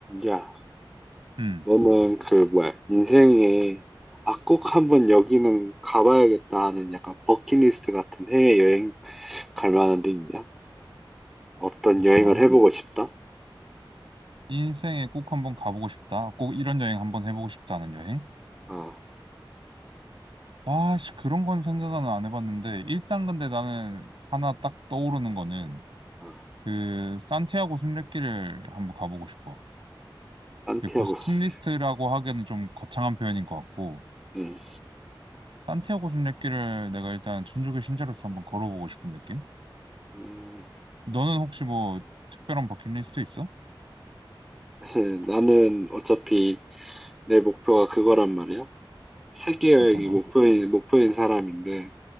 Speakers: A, in the centre; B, on the right.
A: 야,
B: 음,
A: 너는 그 뭐야 인생에 아 꼭 한번 여기는 가봐야겠다 하는 약간 버킷리스트 같은 해외 여행 갈 만한 데 있냐? 어떤
B: 잠시만.
A: 여행을 해보고 싶다?
B: 인생에 꼭 한번 가보고 싶다. 꼭 이런 여행 한번 해보고 싶다는 여행?
A: 어,
B: 와, 씨, 그런 건 생각은 안 해봤는데, 일단 근데 나는 하나 딱 떠오르는 거는,
A: 어,
B: 그, 산티아고 순례길을 한번 가보고 싶어.
A: 산티아고스.
B: 그 버스킷리스트라고 하기에는 좀 거창한 표현인 것 같고,
A: 음,
B: 산티아고 순례길을 내가 일단 천주교 신자로서 한번 걸어보고 싶은 느낌?
A: 음,
B: 너는 혹시 뭐, 특별한 버킷리스트 있어?
A: 사실 나는 어차피 내 목표가 그거란 말이야. 세계 여행이
B: 어떤 거?
A: 목표인 목표인 사람인데